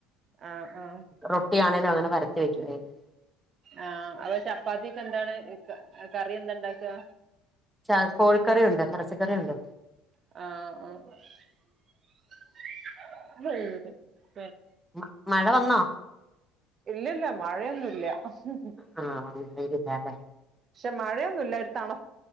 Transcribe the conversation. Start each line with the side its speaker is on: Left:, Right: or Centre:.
Right: ആ ആ
Centre: റൊട്ടിയാണേലും അങ്ങനെ പരത്തി വെക്കുവായിരുന്നു
Right: ആ അപ ചപ്പാത്തിക്കെന്താണ് ക കറി എന്താ ഇണ്ടാക്കാ
Centre: ച കോഴിക്കറി ഉണ്ട് എറച്ചിക്കറി ഉണ്ട്
Right: ആ ആ <unintelligible>
Centre: മ മഴ വന്നോ?
Right: ഇല്ലല്ല മഴയൊന്നൂല്ല ഉം ഉം
Centre: ആ വന്നിട്ടേക്കില്ല അല്ലേ
Right: ക്ഷെ മഴയൊന്നുല്ല ഒരു തണപ്പ്